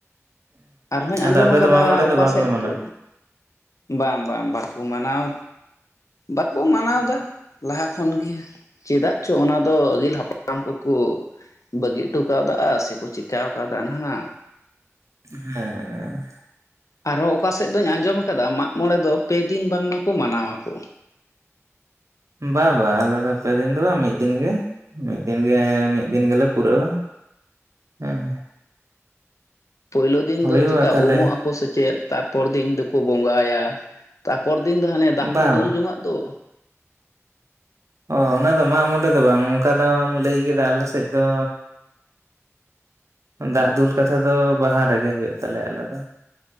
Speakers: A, on the left (about 85°); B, on the right (about 70°).
A: ᱟᱨᱦᱚᱧ
B: ᱟᱫᱚ
A: ᱟᱸᱡᱚᱢ
B: ᱟᱯᱮ
A: ᱠᱟᱫᱟ
B: ᱫᱚ ᱢᱟᱜ ᱢᱚᱬᱮ
A: ᱚᱠᱟ
B: ᱫᱚ ᱵᱟᱯᱮ
A: ᱥᱮᱫ
B: ᱢᱟᱱᱟᱣᱟ
A: ᱫᱚ ᱵᱟᱝ ᱵᱟᱝ ᱵᱟᱠᱚ ᱢᱟᱱᱟᱣ ᱵᱟᱠᱚ ᱢᱟᱱᱟᱣ ᱫᱟ ᱞᱟᱦᱟ ᱠᱷᱚᱱ ᱜᱮ ᱪᱮᱫᱟᱜ ᱪᱚ ᱚᱱᱟ ᱫᱚ ᱟᱹᱜᱤᱞ ᱦᱟᱯᱲᱟᱢ ᱦᱟᱲᱟᱢ ᱠᱚᱠᱚ ᱵᱟᱹᱜᱤ ᱦᱚᱴᱚ ᱠᱟᱣᱫᱟ ᱥᱮ ᱠᱚ ᱪᱮᱠᱟᱣ ᱠᱟᱣᱫᱟ ᱱᱟᱦᱟᱜ
B: ᱦᱮᱸᱻ
A: ᱟᱨᱦᱚᱸ ᱚᱠᱟ ᱥᱮᱫ ᱫᱚᱧ ᱟᱸᱡᱚᱢ ᱠᱟᱫᱟ ᱢᱟᱜᱢᱚᱬᱮ ᱫᱚ ᱯᱮ ᱫᱤᱱ ᱵᱟᱝᱢᱟ ᱠᱚ ᱢᱟᱱᱟᱣᱟᱠᱚ
B: ᱵᱟ ᱵᱟ ᱟᱞᱮᱫᱚ ᱯᱮ ᱫᱤᱱ ᱫᱚ ᱵᱟᱝ ᱢᱤᱫ ᱫᱤᱱ ᱜᱮ ᱢᱤᱫ ᱫᱤᱱ ᱜᱮ ᱢᱤᱫ ᱫᱤᱱ ᱜᱮᱞᱮ ᱯᱩᱨᱟᱹᱣᱟ ᱦᱮᱸ
A: ᱦᱮ ᱯᱳᱭᱞᱳ ᱫᱤᱱ
B: ᱦᱩᱭᱩᱜᱼᱟ
A: ᱫᱚ ᱪᱤᱠᱟ
B: ᱛᱟᱦᱚᱞᱮ
A: ᱩᱢᱚᱜ ᱟᱠᱚ ᱥᱮᱪᱮᱫ ᱛᱟᱨᱯᱚᱨ ᱫᱤᱱ ᱫᱚᱠᱚ ᱵᱚᱸᱜᱟᱭᱟ ᱛᱟᱯᱚᱨ ᱫᱤᱱ ᱫᱚ ᱦᱟᱱᱮ ᱫᱟᱜ
B: ᱵᱟ
A: ᱠᱚ ᱫᱩᱞ
B: ᱵᱟ
A: ᱡᱚᱝᱟᱜ ᱫᱚ
B: ᱚ ᱚᱱᱟᱫᱚ ᱢᱟᱜ ᱢᱚᱬᱮ ᱫᱚ ᱵᱟᱝ ᱚᱱᱠᱟ ᱫᱚᱢ ᱞᱟᱹᱭ ᱠᱮᱫᱟ ᱟᱞᱮ ᱥᱮᱫ ᱫᱚ, ᱫᱟᱜ ᱫᱩᱞ ᱠᱟᱛᱷᱟ ᱫᱚ ᱵᱟᱦᱟ ᱨᱮᱜᱮ ᱦᱩᱭᱩᱜ ᱛᱟᱞᱮᱭᱟ ᱟᱞᱮ ᱫᱚ᱾